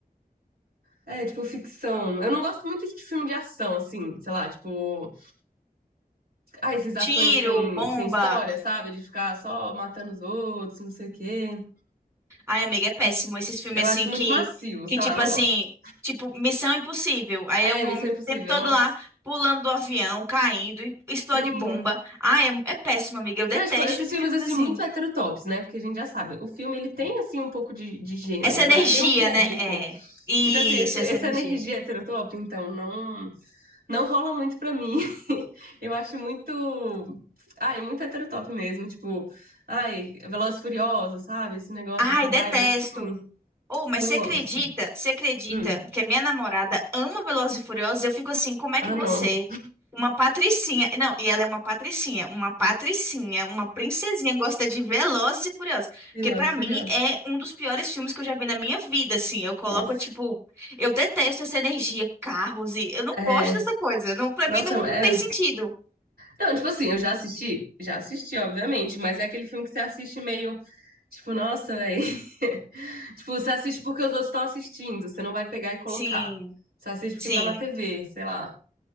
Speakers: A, on the right; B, on the right.
A: É, tipo ficção. Eu não gosto muito de filme de ação assim, sei lá, tipo, ah, essas ações
B: tiro,
A: sem
B: bomba.
A: sem história, sabe? De ficar só matando os outros, não sei o quê.
B: Ai, amiga, é péssimo. Esses filmes
A: Eu acho
B: assim
A: muito
B: que,
A: macio,
B: que
A: sei
B: tipo
A: lá, não
B: assim,
A: gosto.
B: tipo Missão Impossível. Aí
A: É,
B: é o homem
A: Missão Impossível,
B: o tempo todo
A: nossa.
B: lá pulando do avião, caindo, e explode
A: Sim,
B: bomba. Ai, é, é péssimo, amiga. Eu detesto
A: Não, tipo, esses filmes,
B: filmes
A: assim,
B: assim.
A: muito heterotops, né? Porque a gente já sabe, o filme, ele tem, assim, um pouco de, de gênero,
B: Essa energia,
A: né? Tem um público.
B: né? É. Isso,
A: Então, assim, essa,
B: essa
A: essa
B: energia.
A: energia heterotop, então, não, não rola muito pra mim. <laughs> Eu acho muito... Ah, é muito heterotop mesmo, tipo... Ai, Velozes e Furiosos, sabe? Esse negócio,
B: Ai,
A: essa
B: detesto.
A: vibe, assim,
B: ou mas
A: não
B: você acredita?
A: gosto.
B: Você acredita
A: Hum.
B: que a minha namorada ama Velozes e Furiosos? Eu fico assim, como é
A: Ah,
B: que você,
A: não.
B: uma patricinha, não, e ela é uma patricinha, uma patricinha, uma princesinha gosta de Velozes e Furiosos,
A: Velozes
B: que pra
A: e
B: mim
A: Furiosos.
B: é um dos piores filmes que eu já vi na minha vida, assim. Eu coloco
A: Nossa.
B: tipo, eu detesto essa energia, carros e eu não
A: É...
B: gosto dessa coisa. Não, para
A: Nossa,
B: mim não
A: é...
B: tem sentido.
A: Não, tipo assim, eu já assisti, já assisti, obviamente, mas é aquele filme que você assiste meio, tipo, nossa, velho. <laughs> Tipo, você assiste porque os outros estão assistindo, você não vai pegar e colocar.
B: Sim,
A: Você assiste
B: sim.
A: porque tá na TV, sei lá.